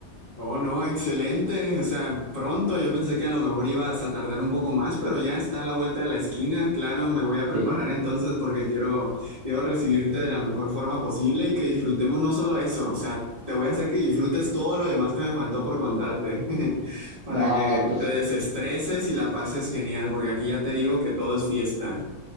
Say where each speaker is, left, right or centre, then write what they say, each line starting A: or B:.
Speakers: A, on the right; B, on the right.
A: Oh, no, excelente. O sea, pronto. Yo pensé que a lo mejor ibas a tardar un poco más, pero ya está a la vuelta de la esquina. Claro, me voy a preparar
B: Sí.
A: entonces porque quiero, quiero recibirte de la mejor forma posible y que disfrutemos no solo eso. O sea, te voy a hacer que disfrutes todo lo demás que me faltó por contarte <laughs> para
B: No,
A: que
B: pues,
A: te desestreses y la pases genial, porque aquí ya te digo que todo es fiesta.